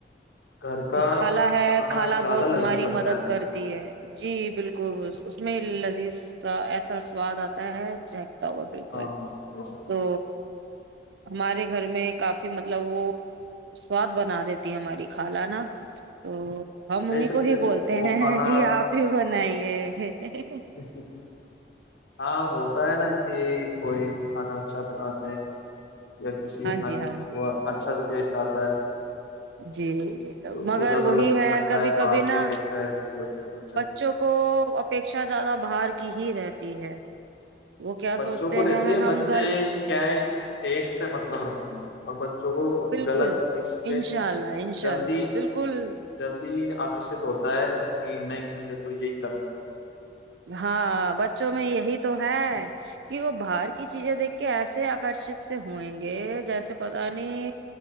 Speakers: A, on the left (about 80°); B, on the right (about 85°).
A: گھر کا
B: خالا ہے
A: کھانا
B: خالہ
A: زیادہ
B: بہت
A: لذیذ
B: ہماری
A: لگتا
B: مدد
A: ہے
B: کرتی ہے جی بالکل اس میں لذیذ سا ایسا سواد آتا ہے ج ہوا بالکل
A: ہاں ہاں بے شک
B: تو ہمارے گھر میں کافی مطلب وہ سوست بنا دیتی ہیں ہماری خالہ نا تو ہم
A: بے
B: انہیں
A: شک
B: کو ہی
A: بے
B: بولتے
A: شک وہ
B: ہیں
A: کھانا
B: ہیں جی آپ ہی بنائیے ا <inaudible>
A: جی جی ج ہاں ہوتا ہے نا کہ کوئی کھانا اچھا بنات د ہیں یا کسی کے
B: ہاں
A: کھانے
B: جی ہاں
A: میں
B: جی
A: اچھا س ٹیسٹ چاہتا ہے
B: جی مگر
A: وہ زیادہ
B: وہی
A: لذیذ
B: ہے
A: لگتا
B: کبھی کبھی
A: باہر
B: نہا
A: کی اپیکشا یا کسی اور کی اپیکشا
B: بچوں کو اپیکھا زیادہ باہر کی ہی رہتی ہے وہ کیا
A: بچوں
B: سوچتے
A: کو رہتی
B: ہیں
A: ہے
B: ہم
A: بچے
B: گھر
A: کیا ہے ٹیسٹ سے مطلب رکھتے ہیں اوربت جوک
B: بالکل
A: غلط چیز پہ
B: انشاء اللہ انشاء
A: جلدی
B: اللہ بالکل
A: جلدی آکرشت ہوتا ہے کہ نہیں مجھے کو یہی کرنا ہے
B: ہاں بچوں میں یہی تو ہے کہ وہ باہر کی چیزیں دیکھ کے ایسے آکرشت سے ہوئیں گے جیسے پتا نہیں